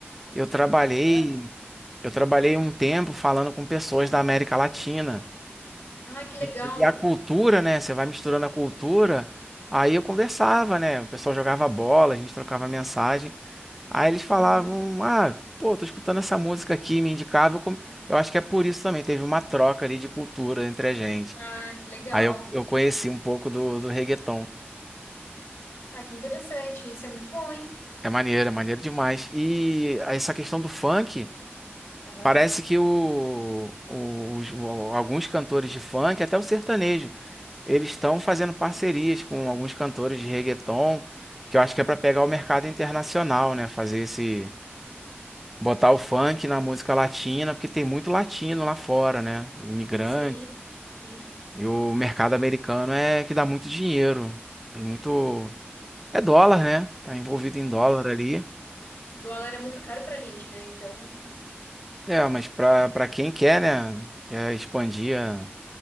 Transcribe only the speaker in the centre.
eu trabalhei,
eu trabalhei um tempo falando com pessoas da América Latina.
E
e a cultura, né? Você vai misturando a cultura. Aí eu conversava, né? O pessoal jogava bola, a gente trocava mensagem. Aí eles falavam:
Ah, pô, tô escutando essa música aqui, me indicava. Eu, come- eu acho que é por isso também, teve uma troca ali de cultura entre a gente.
Aí eu, eu conheci um pouco do, do reggaeton.
É maneiro, é maneiro demais. E essa questão do funk,
parece que o, o- os- o- alguns cantores de funk, até o sertanejo. Eles estão fazendo parcerias com alguns cantores de reggaeton, que eu acho que é para pegar o mercado internacional, né? Fazer esse, botar o funk na música latina, porque tem muito latino lá fora, né? Imigrante.
E o mercado americano é que dá muito dinheiro. Tem muito, é dólar, né? Tá envolvido em dólar ali.
É, mas para para quem quer, né? Quer expandir ah,